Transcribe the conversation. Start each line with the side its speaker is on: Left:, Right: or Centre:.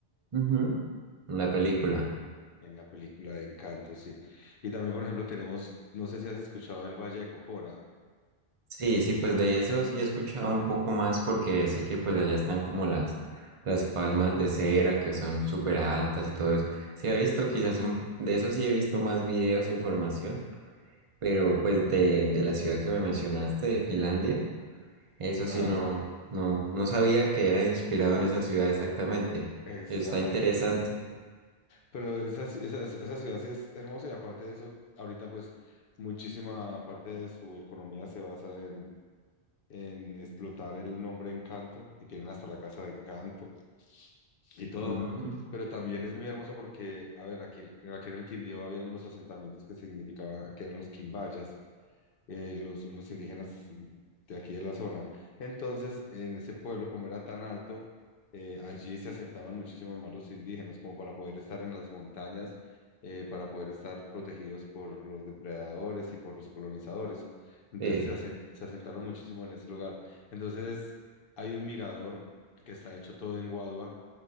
Right: Ujú, La película.
Left: en la película de Encanto, sí. Y también, por ejemplo, tenemos, no sé si has escuchado el Valle de Cocora.
Right: Sí, sí, pues de eso sí he escuchado un poco más porque sé que pues allá están como las, las palmas de cera que son súper altas y todo eso. Sí he visto
Left: Correcto.
Right: quizás un, de eso sí he visto más videos, información, pero pues de, de la ciudad que me mencionaste, de Finlandia, eso sí
Left: Nada,
Right: no, no, no sabía que era inspirado en esa ciudad exactamente.
Left: exacto.
Right: Está interesante.
Left: Pero esa, ci- esa, esa ciudad sí es hermosa y aparte de eso, ahorita pues muchísima parte de su economía se basa en, en explotar el nombre Encanto y tienen hasta la casa de Encanto y todo.
Right: Ujú.
Left: Pero también es muy hermosa porque, a ver, aquí en, aquí en el Quindío habían unos asentamientos que significaban que eran los Quimbayas eh, los, unos indígenas de aquí de la zona. Entonces, en ese pueblo, como era tan alto, eh, allí se asentaban muchísimo más los indígenas, como para poder estar en las montañas, eh, para poder estar protegidos por los depredadores y por los colonizadores. Entonces,
Right: Sí,
Left: se, asen- se asentaron muchísimo en ese lugar. Entonces, hay un mirador que está hecho todo en Guadua.